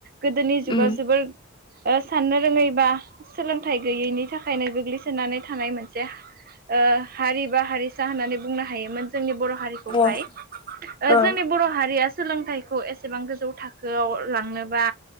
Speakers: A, on the right (about 45°); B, on the left (about 25°).
A: गोदोनि
B: उम
A: जुगाव। जोबोर साननो रोङैबा सोलोंथाइ गैयैनि थाखायनो गोग्लैसोनानै थानाय मोनसे हा ओ हारि बा हारिसा होननानै बुंनो हायोमोन जोंनि बर'। हारिखौहाय
B: औ औ
A: जोंनि बर' हारिया सोलोंथाइखौ एसेबां गोजौ थाखोआव लांनोबा